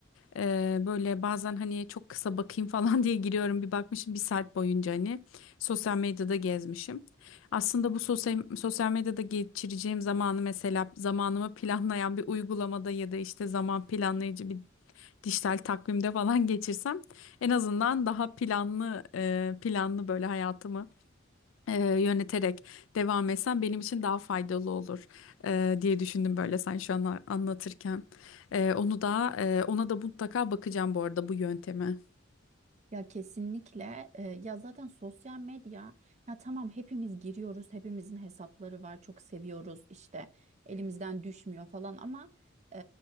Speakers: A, on the left (about 80°); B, on the right (about 35°).
A: Ee, böyle bazen hani çok kısa bakayım falan <laughs> diye giriyorum bir bakmışım bir saat boyunca hani sosyal medyada gezmişim. Aslında bu sosyal, sosyal medyada geçireceğim zamanı mesela zamanımı planlayan bir uygulamada ya da işte zaman planlayıcı bir dijital takvimde falan geçirsem en azından daha planlı e, planlı böyle hayatımı e, yöneterek devam etsem benim için daha faydalı olur e, diye düşündüm böyle sen şu an a- anlatırken. E, onu da e, ona da mutlaka bakacağım bu arada bu yönteme.
B: Ya kesinlikle Ee, ya zaten sosyal medya ya tamam hepimiz giriyoruz hepimizin hesapları var çok seviyoruz işte elimizden düşmüyor falan ama e,